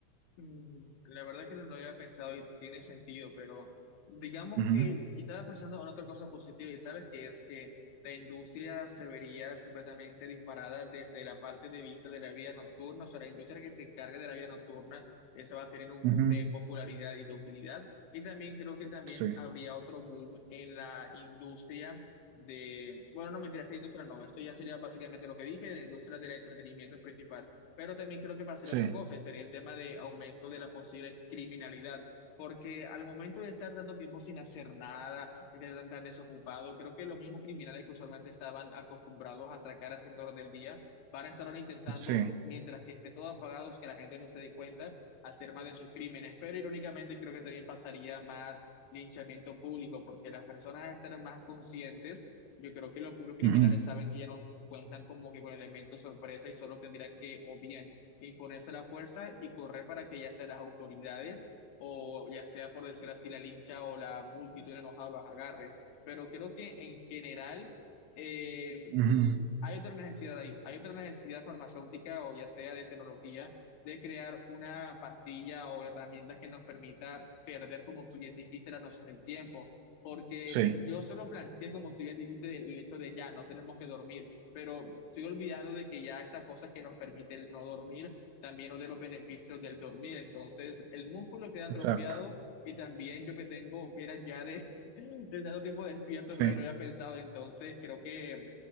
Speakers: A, on the left; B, on the right.
A: Mm, La verdad que no no lo había pensado y tiene sentido, pero digamos
B: Ujú,
A: que y estaba pensando en otra cosa positiva y sabes que es que la industria se vería completamente disparada desde la parte de vista de la vida nocturna, o sea, la industria que se encargue de la vida nocturna, esa va a tener un
B: ujú,
A: boom de popularidad y de utilidad. Y también creo que también
B: Sí,
A: habría otro boom en la industria de, bueno, no mentira, esta industria no, esto ya sería básicamente lo que dije, de la industria del entretenimiento principal pero también creo que pasaría
B: sí,
A: otra cosa, y sería el tema de aumento de la posible criminalidad. Porque al momento de estar tanto tiempo sin hacer nada, de estar tan desocupado, creo que los mismos criminales que usualmente estaban acostumbrados a atracar a cierta hora del día, van a estar ahora intentando,
B: sí.
A: mientras que esté todo apagado, que la gente no se dé cuenta, hacer más de sus crímenes. Pero irónicamente creo que también pasaría más linchamiento público, porque las personas estarán más conscientes. Yo creo que los propios criminales
B: ujú,
A: saben que ya no cuentan como que con elementos sorpresa y solo tendrían que o bien imponerse la fuerza y correr para que ya sea las autoridades o ya sea por decir así la lincha o la multitud enojada los agarre. Pero creo que en general eh,
B: ujú,
A: hay otra necesidad ahí, hay otra necesidad farmacéutica o ya sea de tecnología de crear una pastilla o herramienta que nos permita perder, como tú bien dijiste, la noción del tiempo porque
B: Sí,
A: yo solo planteé, como tú bien dijiste, el hecho de ya no tenemos que dormir, pero estoy olvidando de que ya estas cosas que nos permite el no dormir, también uno de los beneficios del dormir. Entonces, el músculo queda atrofiado
B: exacto.
A: y también yo que tengo ojeras ya de, <laughs> de tanto tiempo despierto,
B: Sí,
A: no lo había pensado. Entonces, creo que,